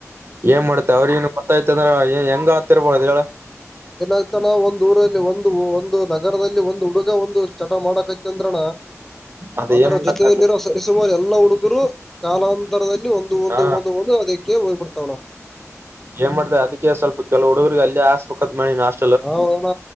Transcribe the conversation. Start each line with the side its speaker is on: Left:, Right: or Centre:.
Right: ಏನ್ ಮಾಡ್ತ ಅವ್ರಗ ಏ ಗೊತ್ತೈಐತ ಅಂದ್ರೆಹೆಂಗ ಆತಿರ್ಬೋದು ಹೇಳ.
Centre: ಏನಾಗ್ತಾನ ಒಂದು ಊರಲ್ಲಿ ಒಂದು ಒಂದು ನ ನಗರದಲ್ಲಿ ಒಂದು ಹುಡುಗ ಒಂದು ಚಟ ಮಾಡಕೈತಿ ಅಂದ್ರಣ
Right: ಅದ
Centre: ಅದರ
Right: ಏನ್ ಮಾಡಕ್
Centre: ಜೊತೆಯಲ್ಲಿರೋ, ಸುಮಾರ ಎಲ್ಲಾ ಹುಡುಗರು ಕಾಲಾಂತರದಲ್ಲಿ ಒಂದು ಒಂದು
Right: ಆ
Centre: ಒಂದು ಒಂದು ಅದಕ್ಕೆ ಹೋಗ್ಬಿಡ್ತಾವ್ ಅಣ್ಣ.
Right: ಏನ್ ಮಾಡ್ತಿ ಅದಕ್ಕೆ ಸ್ವಲ್ಪ ಕೆಲ ಹುಡುಗರಿಗೆ ಅಲ್ಲಿ ಆಸ್ಬೇಕ ಬೇಕ್ ಅಂತ ಮಾಡಿನೀ. ನಾಷ್ಟ
Centre: ಹೌದಣ್ಣ